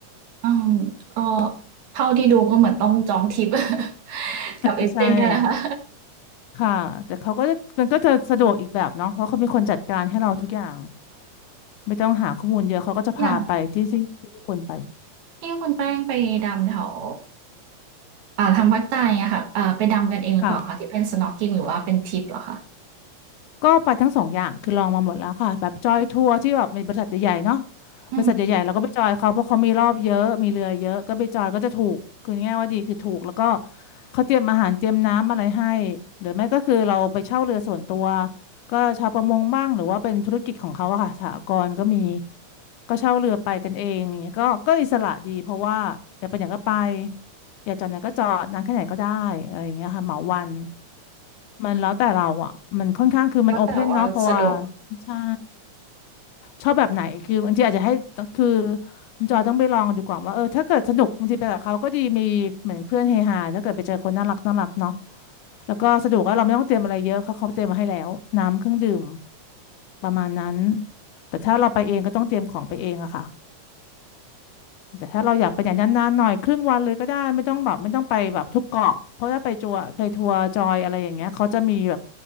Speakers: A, on the right (about 65°); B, on the left (about 80°).
A: อืมก็เท่าที่ดูก็เหมือนต้องจองทริป <laughs> กับเอเจนต์เนี่ยแหละค่ะ
B: ใช่ค่ะแต่เขาก็จะมันก็จะสะดวกอีกแบบเนาะเพราะเขามีคนจัดการให้เราทุกอย่างไม่ต้องหาข้อมูลเยอะเขาก็จะพาไปที่ที่ที่ควรไป
A: อย่างที่คุณแป้งไปดำแถวอ่าทางวัดใจอะค่ะอ่าไปดำกันเองหรือเปล่าคะที่เป็น
B: ค่ะ
A: snorkeling หรือว่าเป็นทริปเหรอคะ
B: ก็ไปทั้งสองอย่างคือลองมาหมดแล้วค่ะแบบจอยทัวร์ที่แบบมีบริษัทใหญ่ๆเนาะ
A: อืม
B: บริษัทใหญ่ๆเราก็ไปจอยเขาเพราะเขามีรอบเยอะมีเรือเยอะก็ไปจอยก็จะถูกคือง่ายว่าดีคือถูกแล้วก็เขาเตรียมอาหารเตรียมน้ำอะไรให้หรือไม่ก็คือเราไปเช่าเรือส่วนตัวก็ชาวประมงบ้างหรือว่าเป็นธุรกิจของเขาอะค่ะสหกรณ์ก็มีก็เช่าเรือไปกันเองอย่างเงี้ยก็ก็อิสระดีเพราะว่าอยากไปไหนก็ไปอยากจอดไหนก็จอดนานแค่ไหนก็ได้อะไรอย่างเงี้ยค่ะเหมาวัน มันแล้วแต่เราอ่ะมันค่อนข้างคือมันโอเพ่นเนาะเพราะว่า
A: แล้วแต่ว่าสะดวก
B: ใช่ชอบแบบไหนคือบางทีอาจจะให้คือคุณจอยต้องไปลองดูก่อนว่าเออถ้าเกิดสนุกบางทีไปกับเขาก็ดีมีเหมือนเพื่อนเฮฮาถ้าเกิดไปเจอคนน่ารักน่ารักเนาะแล้วก็สะดวกแล้วเราไม่ต้องเตรียมอะไรเยอะเขาเขาเตรียมมาให้แล้วน้ำเครื่องดื่มประมาณนั้นแต่ถ้าเราไปเองก็ต้องเตรียมของไปเองอะค่ะ แต่ถ้าเราอยากไปอย่างนานๆหน่อยครึ่งวันเลยก็ได้ไม่ต้องแบบไม่ต้องไปแบบทุกเกาะเพราะถ้าไปจัวไปทัวร์จอยอะไรอย่างเงี้ยเขาจะมีแบบ